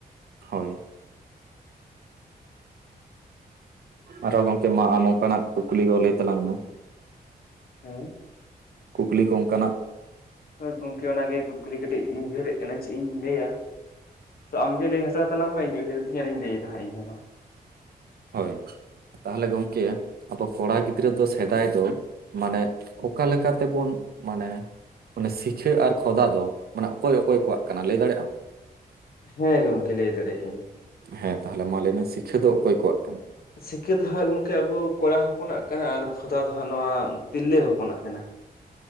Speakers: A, on the right; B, on the left.
A: ᱦᱚᱭ᱾ ᱟᱨᱚ ᱜᱚᱢᱠᱮ ᱢᱟ ᱟᱢ ᱚᱱᱠᱟᱱᱟᱜ ᱠᱩᱠᱞᱤ ᱠᱚ ᱞᱟᱹᱭ ᱛᱟᱞᱟᱝ ᱢᱮ?
B: ᱦᱩᱸ᱾
A: ᱠᱩᱠᱞᱤ ᱠᱚ ᱚᱱᱠᱟ ᱱᱟᱜ
B: ᱦᱚᱭ ᱜᱚᱝᱠᱮ ᱚᱱᱟ ᱜᱮ ᱠᱩᱠᱞᱤ ᱠᱟᱹᱴᱤᱡ ᱤᱧ ᱩᱭᱦᱟᱹᱨᱮᱜ ᱠᱟᱱᱟ ᱪᱮᱜ ᱤᱧ ᱞᱟᱹᱭᱟ᱾ ᱛᱚ ᱟᱢ ᱜᱮ ᱞᱟᱹᱭ ᱦᱟᱛᱟᱲ ᱛᱟᱞᱟᱝ ᱢᱮ ᱤᱧ ᱩᱭᱦᱟᱹᱨ ᱤᱫᱤᱧ ᱟᱨᱤᱧ ᱞᱟᱹᱭ ᱫᱟ ᱦᱟᱸᱜ ᱤᱧ ᱦᱚᱸ ᱢᱟ᱾
A: ᱦᱳᱭ ᱛᱟᱦᱚᱞᱮ ᱜᱚᱝᱠᱮ ᱟᱵᱚ ᱠᱚᱲᱟ ᱜᱤᱫᱽᱨᱟᱹ ᱫᱚ ᱥᱮᱫᱟᱭ ᱫᱚᱼᱼ ᱢᱟᱱᱮ ᱚᱠᱟ ᱞᱮᱠᱟ ᱛᱮᱵᱚᱱ ᱢᱟᱱᱮ ᱢᱟᱱᱮ ᱥᱤᱠᱷᱟᱹ ᱟᱨ ᱠᱷᱚᱫᱟ ᱫᱚ ᱢᱟᱱᱮ ᱚᱠᱚᱭ ᱚᱠᱚᱭ ᱠᱚᱣᱟᱜ ᱠᱟᱱᱟ ᱞᱟᱹᱭ ᱫᱟᱲᱮᱜ ᱟᱢ?
B: ᱦᱮᱸ ᱜᱚᱢᱠᱮ ᱞᱟᱹᱭ ᱫᱟᱲᱮᱜ ᱤᱧ᱾
A: ᱦᱮᱸ ᱛᱟᱦᱚᱞᱮ ᱢᱟ ᱞᱟᱹᱭ ᱢᱮ ᱥᱤᱠᱷᱟᱹ ᱫᱚ ᱚᱠᱚᱭ ᱠᱚᱣᱟᱜ ᱠᱟᱱᱟ?
B: ᱥᱤᱠᱟᱹ ᱫᱚ ᱦᱟᱸᱜ ᱜᱚᱝᱠᱮ ᱟᱵᱚ ᱠᱚᱲᱟ ᱦᱚᱯᱚᱱᱟᱜ ᱠᱟᱱᱟ ᱟᱨ ᱠᱷᱚᱫᱟ ᱫᱚ ᱦᱟᱸᱜ ᱱᱚᱣᱟ ᱛᱤᱨᱞᱟᱹ ᱦᱚᱯᱚᱱᱟᱜ ᱠᱟᱱᱟ᱾ <unintelligible>